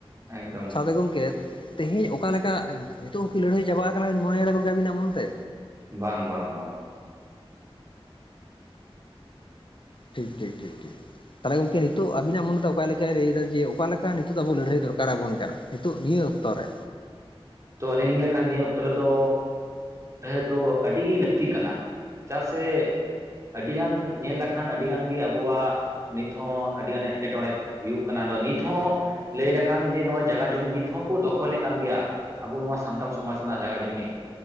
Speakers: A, on the right; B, on the left.
A: ᱮᱠᱫᱚᱢ
B: ᱥᱟᱛᱮ ᱜᱚᱢᱠᱮ ᱛᱮᱦᱮᱧ ᱚᱠᱟ ᱞᱮᱠᱟ ᱱᱤᱛᱚᱜ ᱦᱚᱸᱠᱤ ᱞᱟᱹᱲᱦᱟᱹᱭ ᱪᱟᱵᱟ ᱟᱠᱟᱱᱟ ᱢᱚᱱᱮᱭ ᱮᱫᱟ ᱜᱚᱝᱠᱮ ᱟᱵᱤᱱᱟᱜ ᱢᱚᱱ ᱛᱮ
A: ᱵᱟᱝ ᱵᱟᱝ ᱵᱟᱝᱼᱼ
B: ᱴᱷᱤᱠ ᱴᱷᱤᱠ ᱴᱷᱤᱠ ᱴᱷᱤᱠ ᱛᱟᱦᱞᱮ ᱜᱚᱝᱠᱮ ᱱᱤᱛᱚᱜ ᱟᱵᱤᱱᱟᱜ ᱢᱚᱱ ᱛᱟ ᱚᱠᱟ ᱞᱮᱠᱟ ᱞᱟᱹᱭ ᱫᱟ ᱡᱮ ᱚᱠᱟ ᱞᱮᱠᱟ ᱱᱤᱛᱚᱜ ᱫᱚ ᱟᱵᱚ ᱞᱟᱹᱲᱦᱟᱹᱭ ᱫᱚᱨᱠᱟᱨ ᱟᱵᱚᱱ ᱠᱟᱱᱟ ᱱᱤᱛᱚᱜ ᱱᱤᱭᱟᱹ ᱚᱠᱛᱚ ᱨᱮᱼᱼ
A: ᱛᱚ ᱟᱹᱞᱤᱧ ᱞᱮᱠᱷᱟᱱ ᱱᱤᱭᱟᱹ ᱚᱠᱛᱚ ᱨᱮ ᱫᱚ ᱞᱟᱹᱲᱦᱟᱹᱭ ᱫᱚ ᱟᱹᱰᱤ ᱜᱮ ᱞᱟᱹᱠᱛᱤ ᱠᱟᱱᱟ ᱪᱟ ᱥᱮᱼᱼ ᱟᱹᱰᱤ ᱜᱟᱱ ᱧᱮᱞ ᱞᱮᱠᱷᱟᱱ ᱟᱹᱰᱤᱜᱟᱱ ᱜᱮ ᱟᱵᱚᱣᱟᱜ ᱱᱤᱛ ᱦᱚᱸ ᱟᱹᱰᱤᱜᱟᱱ ᱮᱴᱠᱮᱴᱚᱬᱮ ᱦᱩᱭᱩᱜ ᱠᱟᱱᱟ ᱟᱫᱚ ᱱᱤᱛ ᱦᱚᱸᱼᱼ ᱞᱟᱹᱭ ᱞᱮᱠᱷᱟᱱ ᱡᱮ ᱱᱚᱜᱼᱚᱭ ᱡᱟᱜᱟ ᱡᱩᱢᱤ ᱱᱤᱛ ᱦᱚᱸ ᱠᱚ ᱫᱚᱠᱷᱚᱞ ᱮᱫ ᱠᱟᱱ ᱜᱮᱭᱟ ᱟᱵᱚ ᱱᱚᱣᱟ ᱥᱟᱱᱛᱟᱞ ᱥᱚᱢᱟᱡᱽ ᱨᱮᱱᱟᱜ ᱡᱟᱜᱟ ᱡᱩᱢᱤ